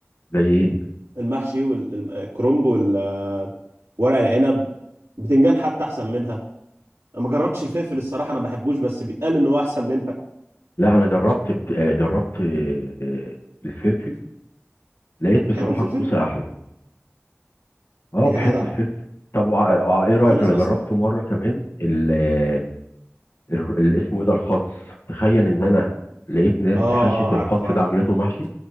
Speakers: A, on the left (about 65°); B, on the right (about 70°).
A: زي ايه
B: المحشي والكرنب والورق العنب بتنجان حتى احسن منها انا ما جربتش الفلفل الصراحه انا ما بحبوش بس بيتقال ان هو احسن منها
A: لا انا جربت بت- آه، جربت آه، الفلفل لقيت
B: بتحب
A: بصراحة
B: الفلفل
A: الكوسة احلى اه
B: يا
A: بحب
B: جدع
A: الفلفل طب وع- وع- ايه رأيك
B: ده في ناس
A: انا
B: اصلا
A: جربت مرة كمان ال آه، ال- ال- اسمه ايه ده الخس تخيل ان انا لقيت ناس
B: اه
A: حشت
B: اه آه،
A: الخس
B: عارف عارف
A: ده عملته محشي